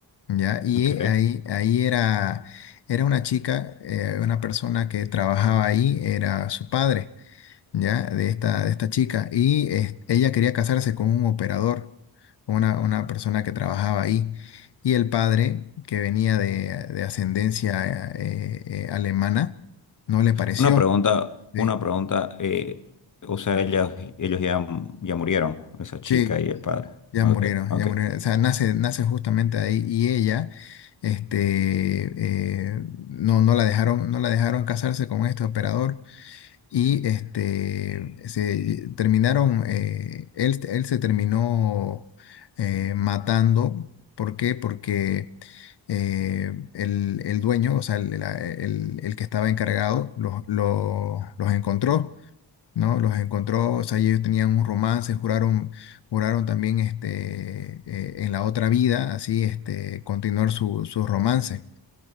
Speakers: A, on the left; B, on the left.
A: Ya, y
B: ok.
A: ahí, ahí era, era una chica, eh, una persona que trabajaba ahí, era su padre, ya, de esta, de esta chica, y eh, ella quería casarse con un operador, una, una persona que trabajaba ahí, y el padre, que venía de, de ascendencia eh, eh, alemana, no le pareció,
B: Una pregunta,
A: ¿sí?
B: una pregunta, eh, o sea, ellos, ellos ya, ya murieron, esa chica
A: Sí,
B: y el padre.
A: Ya
B: Ok,
A: murieron,
B: ok.
A: ya murieron. O sea, nace, nace justamente ahí y ella, este, eh, no, no la dejaron, no la dejaron casarse con este operador y este, se terminaron, eh, él, él se terminó eh, matando. ¿Por qué? Porque eh, el, el dueño, o sea, el, la- el- el que estaba encargado, los, los, los encontró ¿no? Los encontró, o sea, ellos tenían un romance, juraron, juraron también este, eh, en la otra vida, así, este, continuar su, su romance.